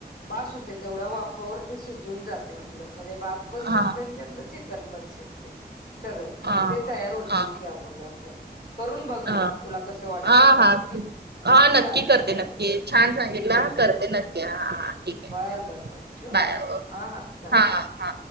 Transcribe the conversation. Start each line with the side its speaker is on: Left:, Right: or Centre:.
Left: बास होते तेवढ्या वापवर ते शिजून जाते आपलं म्हणजे भात पण
Right: हां
Left: शिजत त्यातलं चिकन पण शिजतय सगळं
Right: हां
Left: मग ते तयार होतच
Right: हां
Left: की आप ब आपल्या करून बघ मग
Right: हां
Left: तुला कस वाटतं
Right: हां
Left: बघ
Right: हां
Left: हम्
Right: हां नक्की
Left: चालते
Right: करते
Left: चालते.
Right: नक्की छान सांगितला
Left: ठीक आहे ठीक
Right: करते
Left: आहे
Right: नक्की हां हां ठीक आहे
Left: बर बर बर ठेव
Right: बाय
Left: आहे हा हा चालत.
Right: हां हां